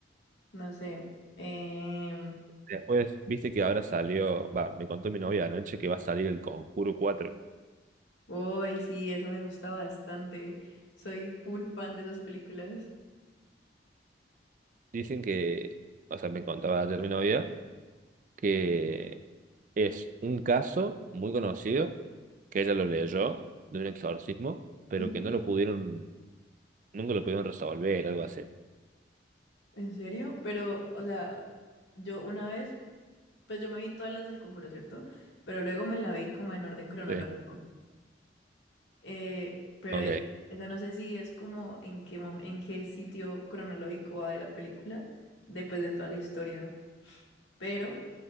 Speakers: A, on the left (about 85°); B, on the right (about 45°).
A: no sé. Em,
B: Después, viste que ahora salió, va, me contó mi novia anoche que va a salir el Conjuro cuatro.
A: Uy, sí, eso me gusta bastante. Soy full fan de esas películas.
B: Dicen que, o sea, me contaba ayer mi novia que es un caso muy conocido, que ella lo leyó de un exorcismo, pero
A: Ujú.
B: que no lo pudieron, nunca lo pudieron resolver, algo así.
A: ¿En serio? Pero, o sea, yo una vez, pues yo me vi todas las del Conjuro, ¿cierto? Pero luego me la vi como en orden cronológico.
B: Sí,
A: Eh, pero
B: ok,
A: es- esa no sé si es como en qué mom- en qué sitio cronológico va de la película, después de toda la historia. pero